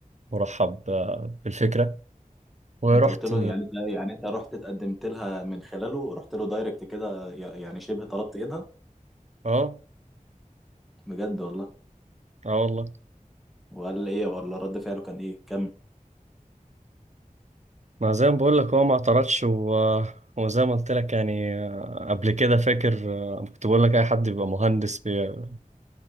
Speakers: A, on the right (about 55°); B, in the centre.
A: مرحب آه، بالفكره ورحت
B: انت قلت له يعني انت يعني انت رحت اتقدمت لها من خلاله رحت له دايركت كده ي- يعني شبه طلبت ايدها
A: اه
B: بجد والله
A: اه والله
B: وقال ايه ولا رد فعله كان ايه كم
A: ما زي ما بقول لك هو ما اعترضش و... آه، وزي ما قلت لك يعني آه، قبل كده فاكر آه، كنت بقول لك اي حد بيبقى مهندس بي-